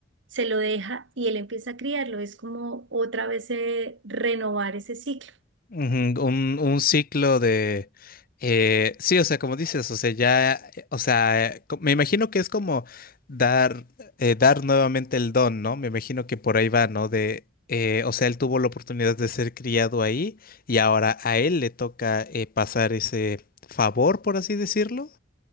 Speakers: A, on the right (about 85°); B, on the left (about 50°).
A: se lo deja y él empieza a criarlo. Es como otra vez eh, renovar ese ciclo.
B: Ujú, Un, un ciclo de... eh, sí, o sea, como dices, o sea, ya, eh, o sea, eh, co- me imagino que es como dar, eh, dar nuevamente el don, ¿no? Me imagino que por ahí va, ¿no? De, eh, o sea, él tuvo la oportunidad de ser criado ahí y ahora a él le toca eh, pasar ese favor, por así decirlo.